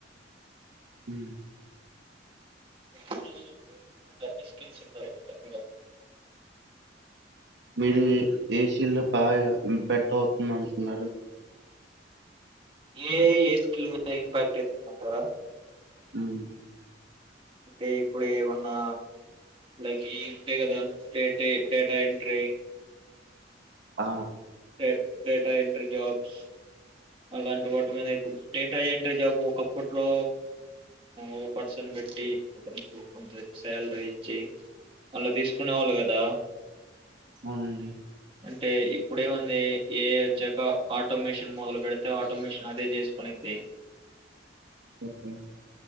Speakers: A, on the right; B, on the right.
A: హ
B: క రావాలంటే నాకు అన్ని స్కిల్స్ ఉండాలి దగ్గర
A: మీరు ఏ షీల్డ్ లో బాగా ఇంపెక్ట్ అవుతుంది అంటున్నారు
B: ఏ ఏ స్కిల్ మీద ఇంపాక్ట్ ఇతుంది అంటారా
A: హమ్
B: అంటే ఇప్పుడు ఏమన్నా లైక్ ఈ ఉంటాయి కదా డేటా డేటా ఎంట్రీ
A: ఆ
B: ే డేటా ఎంట్రీ జాబ్స్ అలాంటి వాటి మీద ఇప్పుడు డేటా ఎంట్రీ జాబ్ ఒకప్పట్లో ఒక పర్సన్ పెట్టి అతనికి కొ శాలరీ ఇచ్చి అలా తీసుకు కునేవాలి కదా
A: అవునండి
B: అంటే ఇప్పుడేముంది ఎఐ వచ్చాక ఆటో మిషిన్ మొదలు పెడితే ఆటో మెషన్ అదే చేసుకనిది
A: సత్తే